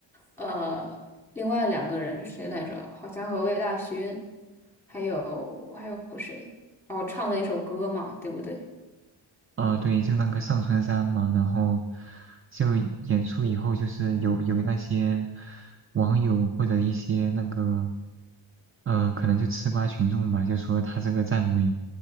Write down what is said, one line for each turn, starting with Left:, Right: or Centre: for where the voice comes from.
Centre: 呃另外两个人是谁来着？好像和魏大勋，还有还有谁？哦，唱的一首歌嘛，对不对？
Right: 呃，对，就那个上春山嘛，然后就演出以后，就是有有那些网友或者一些那个，呃，可能就吃瓜群众吧，就说他这个站位